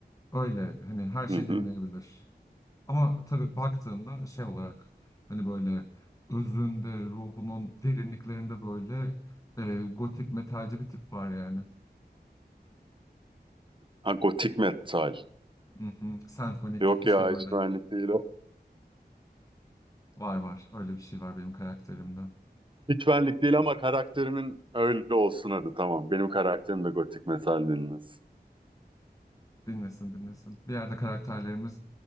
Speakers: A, on the left; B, on the right.
A: Öyle hani her şeyi
B: Hı hı.
A: dinleyebilir. Ama tabii baktığında şey olarak hani böyle özünde, ruhunun derinliklerinde böyle e, gotik metalci bir tip var yani.
B: Ha, gotik metal.
A: Mhm. Senfonik
B: Yok
A: işte
B: ya
A: böyle
B: hiç benlik değil o.
A: var var öyle bir şey var benim karakterimde.
B: Hiç benlik değil ama karakterimin öyle olsun hadi tamam. Benim karakterim de gotik metal dinlesin.
A: Dinlesin dinlesin. Bir yerde karakterlerimiz